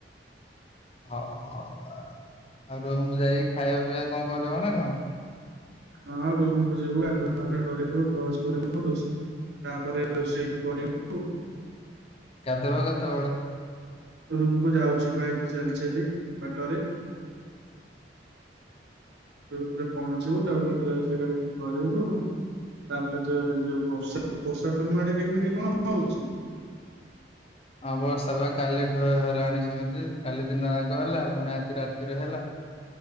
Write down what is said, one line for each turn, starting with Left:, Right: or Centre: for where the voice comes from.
Left: ହଉ ହଉ ଆଉ ରୁମ୍ କୁ ଯାଇକି ଖାଇବା ପିଇବା କଣ କରିବ ନା କଣ?
Right: ହଁ ରୁମ୍ କୁୁ ଯିବୁ ଗାଧୁଆ ପାଧୁଆ କରିବୁ ବ୍ରସ୍ କରିବୁ ରୋଷେଇ ତାପରେ ରୋଷେଇ କରିବୁ।
Left: ଗାଧଇବ କେତେବେଳେ?
Right: ରୁମକୁୁ ଯାଉଛି ପା ଏଇଠି ଚାଲି ଚାଲି ବାଟରେ ରୁମ୍ ରେ ପହଞ୍ଚିବୁ ତାପରେ ଡ୍ରେସ୍ କାଢିକି କରିବୁ। ତାପରେ ଯ ଯୋଉ ବର୍ଷା ବର୍ଷା ତମ ଆଡେ କେମିତି କଣ ହଉଛି?
Left: ହଁ ବର୍ଷା ବା କାଲିଠୁ ହେଲାଣି ସେମିତି କାଲି ଦିନ ଯାଙ୍କ ହେଲା ପୁଣି ଆଜି ରାତିରେ ହେଲା।